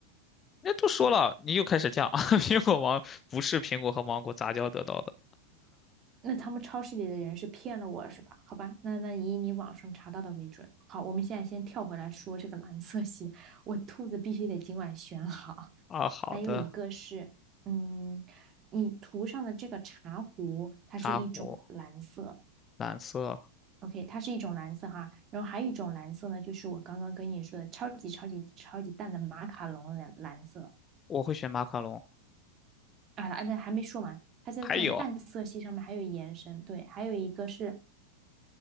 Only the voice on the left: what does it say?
那都说了，你又开始犟。<laughs> 苹果芒不是苹果和芒果杂交得到的。
啊，好的，
茶壶蓝色，
我会选马卡龙。
还有，